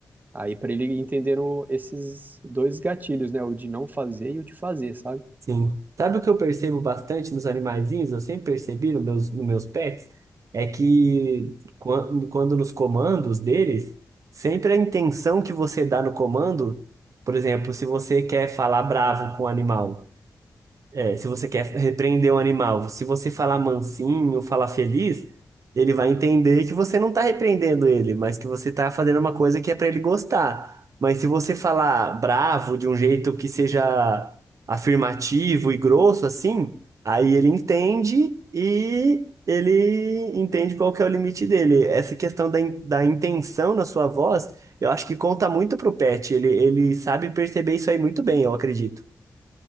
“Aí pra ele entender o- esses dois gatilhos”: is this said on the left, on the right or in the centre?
Right